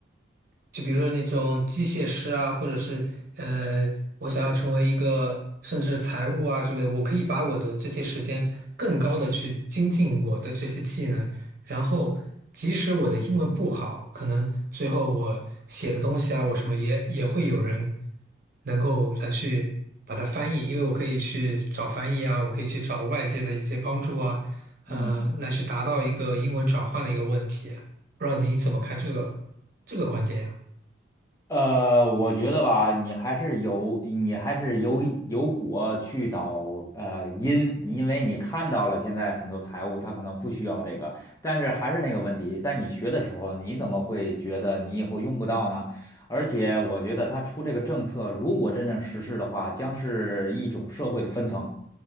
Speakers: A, on the right (about 50°); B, on the left (about 15°).
A: 就比如说那种机械师啊，或者是呃，我想要成为一个甚至是财务啊之类的我可以把我的这些时间更高的去精进我的这些技能，然后即使我的英文不好，可能最后我写的东西啊，我什么也也会有人能够来去把它翻译，因为我可以去找翻译啊，我可以去找外界的一些帮助啊，呃，
B: 嗯。
A: 来去达到一个英文转换的一个问题啊。不知道你怎么看这个这个观点呀？
B: 呃，我觉得吧，你还是有，你还是有有果去导呃因，因为你看到了现在很多财务它可能不需要这个，但是还是那个问题，在你学的时候，你怎么会觉得你以后用不到呢？而且我觉得它出这个政策，如果真正实施的话，将是一种社会的分层，